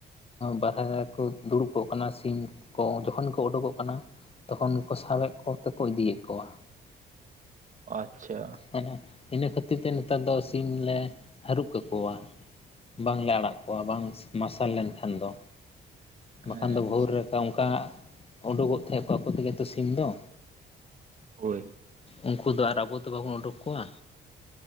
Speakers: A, on the left (about 30°); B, on the right (about 40°).
A: ᱵᱟᱦᱨᱮ ᱨᱮ ᱠᱚ ᱫᱩᱲᱩᱵ ᱠᱚᱜ ᱠᱟᱱᱟ ᱥᱤᱢ ᱠᱚ ᱡᱚᱠᱷᱚᱱ ᱠᱚ ᱚᱰᱳᱠᱚᱜ ᱠᱟᱱᱟ ᱛᱚᱠᱷᱚᱱ ᱜᱮᱠᱚ ᱥᱟᱵᱮᱫ ᱠᱚᱛᱮ ᱠᱚ ᱤᱫᱤᱭᱮᱫ ᱠᱚᱣᱟ
B: ᱟᱪᱪᱷᱟ
A: ᱦᱮᱸ ᱤᱱᱟᱹ ᱠᱷᱟᱹᱛᱤᱨ ᱛᱮ ᱱᱮᱛᱟᱨ ᱫᱚ ᱥᱤᱢ ᱞᱮ ᱦᱟᱹᱨᱩᱵ ᱠᱟᱠᱚᱣᱟ ᱵᱟᱝᱞᱮ ᱟᱲᱟᱜ ᱠᱚᱣᱟ ᱵᱟᱝ ᱢᱟᱨᱥᱟᱞ ᱞᱮᱱᱠᱷᱟᱱ ᱫᱚ
B: ᱦᱮᱸ
A: ᱵᱟᱠᱷᱟᱱ ᱫᱚ ᱵᱷᱳᱨ ᱨᱮ ᱚᱝᱠᱟ ᱚᱸᱰᱚᱠᱚᱜ ᱛᱮᱦᱮᱫ ᱠᱚ ᱟᱠᱚ ᱛᱮᱜᱮ ᱛᱚ ᱥᱤᱢ ᱫᱚ
B: ᱦᱳᱭ
A: ᱩᱱᱠᱩ ᱫᱚ ᱟᱨ ᱟᱵᱚ ᱫᱚ ᱵᱟᱵᱚᱱ ᱩᱰᱩᱠ ᱠᱚᱣᱟ